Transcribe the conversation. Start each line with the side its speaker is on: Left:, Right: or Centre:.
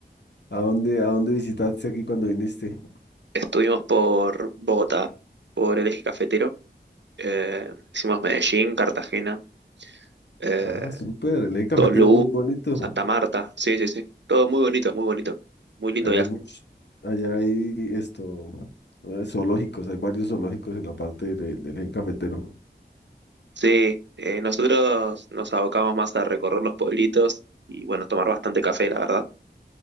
Left: ¿A dónde, a dónde visitaste aquí cuando viniste?
Right: Estuvimos por Bogotá, por el eje cafetero. eh, hicimos Medellín, Cartagena, eh,
Left: Ah, súper. El eje cafetero
Right: Tolú,
Left: es muy bonito.
Right: Santa Marta. Sí, sí, sí. Todo muy bonito, muy bonito. Muy lindo
Left: Allá
Right: viaje.
Left: hay mucho, allá hay esto, eh, zoológicos, hay varios zoológicos en la parte de- del eje cafetero.
Right: Sí, eh, nosotros nos abocamos más a recorrer los pueblitos y bueno, tomar bastante café, la verdad.